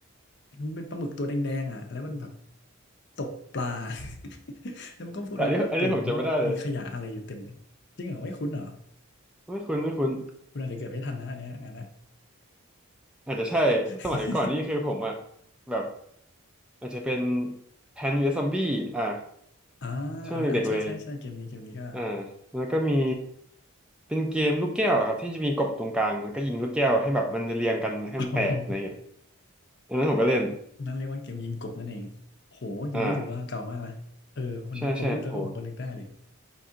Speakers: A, on the left; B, in the centre.
A: มันเป็นปลาหมึกตัวแดงๆอะแล้วมันแบบตกปลา <laughs> แล้วมันก็พูดร้องว่าตุ่มโมะมีขยะอะไรอยู่เต็มเลยจริงเหรอไม่คุ้นเหรอ
B: แต่อันนี้อันนี้ผมจำไม่ได้เลยไม่คุ้นไม่คุ้น
A: คุณอาจจะเกิดไม่ทันนะอันเนี้ยอันนั้น
B: อาจจะใช่สมัยก่อนนี่คือผมอะ
A: <laughs>
B: แบบอาจจะเป็นแพนวีซอมบี้อ่ะ
A: อ่าเอออ่าใช่ใช่ใช่เกมนี้เกมนี้ก็
B: ช่วงเด็กๆเลยอ่า
A: <laughs>
B: แล้วก็มีเป็นเกมลูกแก้วอะครับที่จะมีกบตรงกลางแล้วก็ยิงลูกแก้วให้แบบมันเรียงกันให้มันแตกอะไรเงี้ย
A: โอ้โห
B: อันนั้นผมก็เล่น
A: นั่นเรียกว่าเกมยิงกบนั่นเองโหเกมนี้ถือว่าเก่ามากนะเออคนนึกพอพูดแล้วก็ผมก็นึกได้เลย
B: อ่าใช่ใช่โห